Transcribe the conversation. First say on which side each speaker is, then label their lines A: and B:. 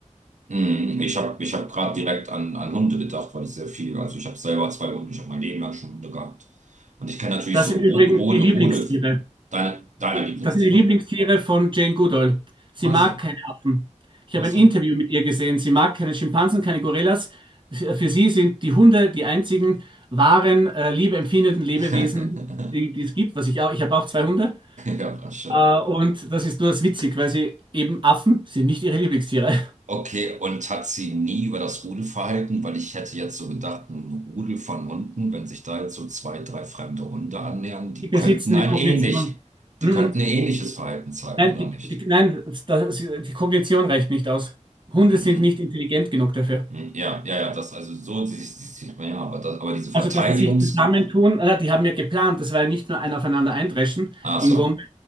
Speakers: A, on the right; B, on the right.
A: Mhm. Ich habe ich hab gerade direkt an, an Hunde gedacht, weil ich sehr viel, also ich habe selber zwei Hunde, ich habe mein Leben lang schon Hunde gehabt. Und ich kenne natürlich
B: Das
A: so
B: sind übrigens
A: Rode, Rode,
B: die Lieblingstiere.
A: Rode, deine, deine Lieblingstiere.
B: Das sind die Lieblingstiere von Jane Goodall. Sie
A: Ach
B: mag
A: so,
B: keine Affen. Ich
A: ach
B: habe
A: so.
B: ein Interview mit ihr gesehen. Sie mag keine Schimpansen, keine Gorillas. Für sie sind die Hunde die einzigen wahren, äh, liebeempfindenden Lebewesen,
A: <laughs>
B: die, die es gibt, was ich auch, ich habe auch zwei Hunde.
A: Ja, war schön.
B: Äh, und das ist nur das witzig, weil sie eben Affen sind nicht ihre Lieblingstiere.
A: Okay, und hat sie nie über das Rudelverhalten, weil ich hätte jetzt so gedacht, ein Rudel von Hunden, wenn sich da jetzt so zwei, drei fremde Hunde annähern, die
B: Die besitzen
A: könnten ein
B: die Kognition.
A: ähnlich,
B: Mhm.
A: die könnten ein ähnliches Verhalten zeigen,
B: Nein,
A: oder
B: die,
A: nicht?
B: die, nein, das, die Kognition reicht nicht aus. Hunde
A: Mhm.
B: sind nicht intelligent genug dafür.
A: Hm, Ja, ja, ja, das, also so sie- sie- sieht man ja, aber, das, aber diese Verteidigungs.
B: Also, dass sie sich zusammentun, äh, die haben ja geplant, das war ja nicht nur ein Aufeinander eindreschen
A: Ach
B: in
A: so.
B: Gombe,